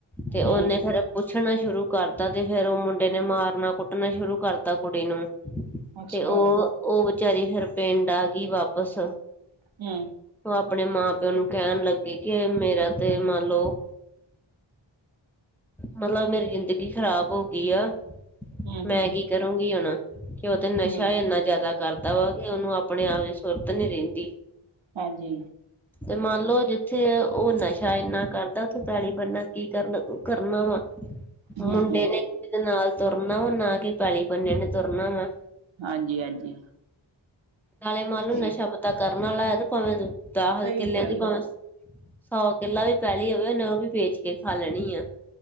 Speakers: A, on the right; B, in the centre.
A: ਹੂੰ
B: ਤੇ ਉਹ ਨੇ ਫੇਰ ਪੁੱਛਣਾ ਸ਼ੁਰੂ ਕਰਤਾ ਤੇ ਫੇਰ ਉਹ ਮੁੰਡੇ ਨੇ ਮਾਰਨਾ ਕੁੱਟਣਾ ਸ਼ੁਰੂ ਕਰਤਾ ਕੁੜੀ ਨੂੰ
A: ਅੱਛਾ
B: ਤੇ ਉਹ ਉਹ ਵਿਚਾਰੀ ਫਿਰ ਪਿੰਡ ਆ ਗਈ ਵਾਪਸ।
A: ਹੂੰ,
B: ਉਹ ਆਪਣੇ ਮਾਂ ਪਿਓ ਨੂੰ ਕਹਿਣ ਲੱਗੀ ਕਿ ਮੇਰਾ ਤੇ ਮੰਨ ਲਓ। ਮਤਲਬ ਮੇਰੀ ਜ਼ਿੰਦਗੀ ਖ਼ਰਾਬ ਹੋ ਗਈ ਆ।
A: ਹੂੰ
B: ਮੈਂ
A: ਹੂੰ
B: ਕੀ ਕਰੂੰਗੀ ਹੁਣ, ਕਿ ਉਹ ਤੇ ਨਸ਼ਾ
A: ਹੂੰ
B: ਇੰਨਾ ਜ਼ਿਆਦਾ ਕਰਦਾ ਵਾ ਕਿ ਉਹਨੂੰ ਆਪਣੇ ਆਪ ਚ ਸੁਰਤ ਨੀ ਰਹਿੰਦੀ।
A: ਹਾਂਜੀ।
B: ਤੇ ਮੰਨ ਲਓ ਜਿੱਥੇ ਉਹ ਨਸ਼ਾ ਇੰਨਾ ਕਰਦਾ ਉਥੋਂ ਪੈਲੀ ਬਣਨਾ ਕੀ ਕਰਨਾ ਉਹ ਕਰਨਾ ਵਾ?
A: ਹੂੰ
B: ਮੁੰਡੇ
A: ਹੂੰ
B: ਨੇ, ਕੁੜੀ ਦੇ ਨਾਲ ਤੁਰਨਾ ਵਾ ਨਾ ਕਿ ਪੈਲੀ ਬੰਨੇ ਨੇ ਤੁਰਨਾ ਵਾ।
A: ਹਾਂਜੀ ਹਾਂਜੀ।
B: ਨਾਲੇ ਮਾਲ
A: ਸਹੀ
B: ਨੂੰ ਨਸ਼ਾ ਪਤਾ ਕਰਨ ਵਾਲਾ ਹੈ ਤੇ ਭਾਵੇਂ ਦਾਖਤ
A: ਸਹੀ
B: ਕਿੱਲਿਆਂ
A: ਗੱਲ
B: ਦੀ ਭਾਵੇਂ
A: ਹੈ
B: ਸੌ ਕਿੱਲਾ ਵੀ ਪੈਲੀ ਹੋਵੇ ਉਹਨੇ ਓ ਵੀ ਵੇਚ ਕੇ ਖਾ ਲੈਣੀ ਆ।